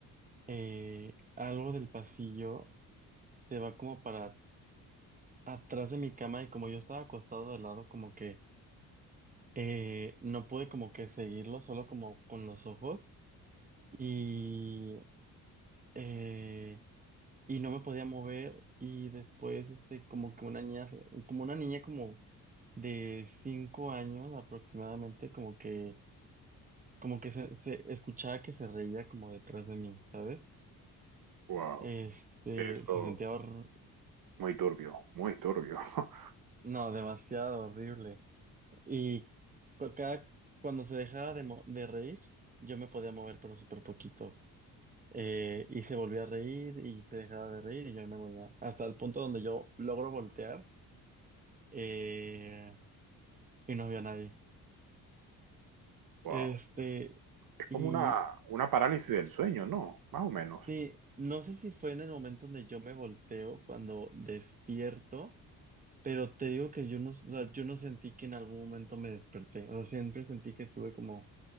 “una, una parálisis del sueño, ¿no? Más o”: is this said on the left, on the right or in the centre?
Right